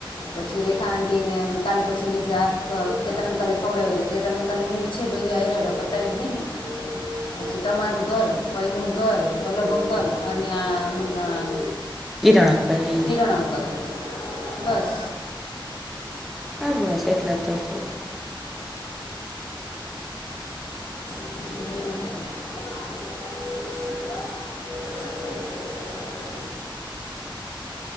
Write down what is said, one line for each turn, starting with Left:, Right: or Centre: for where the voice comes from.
Left: પછી રેખા આંટીને કાલ પછીનું શાખ કેતન અંકલે ખવડાવ્યું એટલે કેતન અંકલને ઈ એ છે ભેગા હાઈરે હારે પતાવી જ દઈને પછી તમારું ઘર. ફઈનું ઘર, વલ્લભ અંકલ અને આમ આમ
Centre: કિરણ અંકલ ને ઈ
Left: કિરણ અંકલ બસ
Centre: બસ બસ એટલા જ તો થઈ ગયા.
Left: <inaudible> <inaudible>